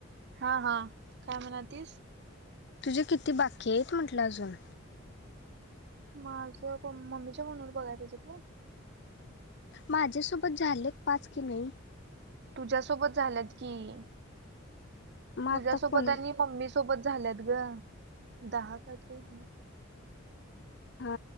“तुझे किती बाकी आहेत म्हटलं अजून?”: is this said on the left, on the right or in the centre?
Left